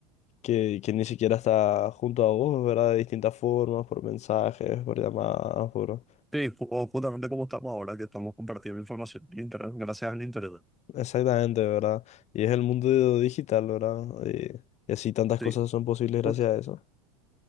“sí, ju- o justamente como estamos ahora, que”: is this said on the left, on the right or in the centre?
Centre